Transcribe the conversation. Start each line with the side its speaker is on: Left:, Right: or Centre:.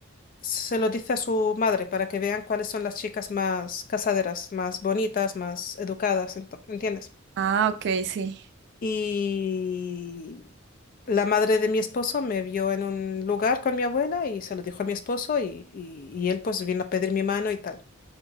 Left: se lo dice a su madre para que vean cuáles son las chicas más casaderas, más bonitas, más educadas, ento- ¿entiendes?
Right: Ah, ok, sí.
Left: Y la madre de mi esposo me vio en un lugar con mi abuela y se lo dijo a mi esposo y, y- y él pues vino a pedir mi mano y tal.